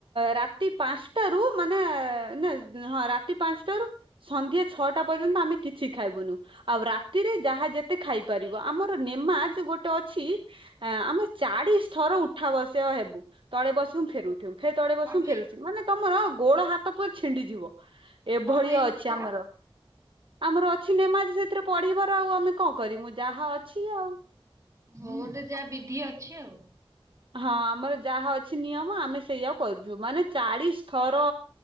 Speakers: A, on the right (about 60°); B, on the right (about 30°).
A: ରାତି ପାଞ୍ଚଟାରୁ ମାନେ ନା ହଁ ରାତି ପାଞ୍ଚଟାରୁ ସନ୍ଧ୍ୟା ଛଅଟା ପର୍ଯ୍ୟନ୍ତ ଆମେ କିଛି ଖାଇବୁନୁ ଆଉ ରାତିରେ ଯାହା ଯେତେ ଖାଇ ପାରିବ ଆମର ନେମାଜ ଗୋଟେ ଅଛି ଆମେ ଚାଳିଶ ଥର ଉଠା ବ ସେ ହେବୁ ତଳେ ବସିବୁ ଫେରୁଠିବୁ ଫେ ତଳେ ବସିବୁ
B: କଣ ପାଇଁ
A: ଉଠିମୁ ମାନେ ତମର ଗୋଡ ହାତ ପୁରା ଛିଣ୍ଡିଯିବ ଏଭଳିଆ
B: କଣ ପାଇଁ ଏମିତି
A: ଅଛି
B: କର?
A: ଆମର। ଆମର ଅଛି ନେମାଜ ସେଥିରେ ପଢିବାର। ଆଉ ଆମେ କଣ କରିବୁ ଯାହା ଅଛି ଆଉ।
B: ଯୋଉଠି ଯା ବିଧି ଅଛି ଆଉ।
A: ହଁ ଆମର ଯାହା ଅଛି ନିୟମ ଆମେ ସେଇଆ କରୁଚୁ ମାନେ ଚାଳିଶ ଥର।